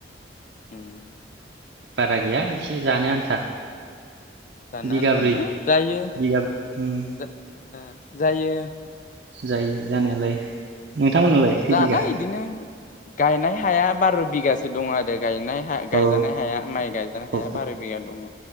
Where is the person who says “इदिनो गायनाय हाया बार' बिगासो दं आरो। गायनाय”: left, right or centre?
Left